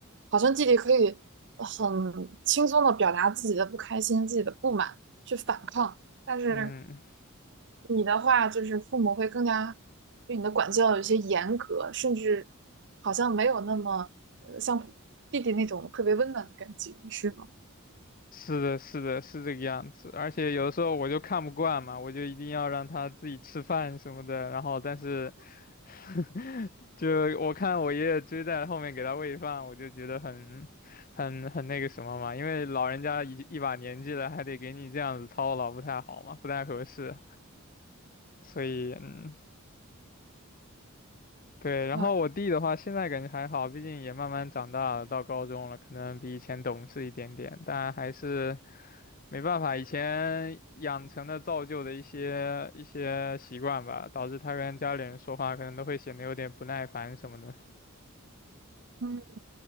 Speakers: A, on the right; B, on the left.
A: 好像弟弟可以很轻松的表达自己的不开心、自己的不满，去反抗。但是
B: 嗯。
A: 你的话，就是父母会更加对你的管教有些严格，甚至好像没有那么呃像弟弟那种特别温暖的感觉，是吗？
B: 是的，是的，是这个样子。而且有的时候我就看不惯嘛，我就一定要让他自己吃饭什么的。然后，但是 <laughs> 就我看我爷爷追在后面给他喂饭，我就觉得很、很、很那个什么嘛，因为老人家一一把年纪了，还得给你这样子操劳，不太好嘛，不太合适。所以，嗯，对。然后我弟的话，
A: 哇，
B: 现在感觉还好，毕竟也慢慢长大了，到高中了，可能比以前懂事一点点，但还是。没办法，以前养成的造就的一些一些习惯吧，导致他跟家里人说话可能都会显得有点不耐烦什么的。
A: 嗯。